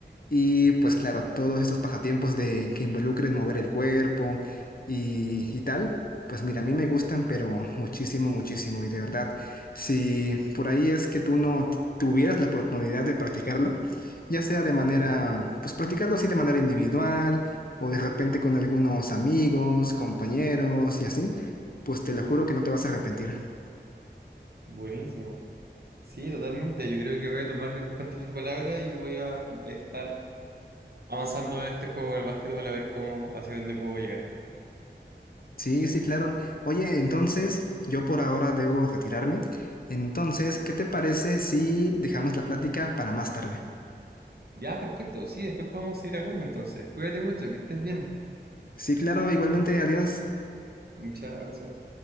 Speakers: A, on the left; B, on the right.
A: Y pues claro, todos estos pasatiempos de que involucren mover el cuerpo y, y tal, pues mira, a mí me gustan, pero muchísimo, muchísimo. Y de verdad, si por ahí es que tú no tuvieras la oportunidad de practicarlo, ya sea de manera,
B: Ujú.
A: pues practicarlo así de manera individual o de repente con algunos amigos, compañeros y así, pues te lo juro que no te vas a arrepentir.
B: Buenísimo. Sí, totalmente. Yo creo que voy a tomar en cuenta tu palabra y voy a estar avanzando en este juego del básquetbol a ver cómo, hacia dónde puedo llegar.
A: Sí, sí, claro. Oye, entonces yo por ahora debo retirarme. Entonces, ¿qué te parece si dejamos la plática para más tarde?
B: Ya, perfecto. Sí, después podemos seguir hablando entonces. Cuídate mucho, que estés bien.
A: Sí, claro, igualmente, adiós.
B: Muchas gracias.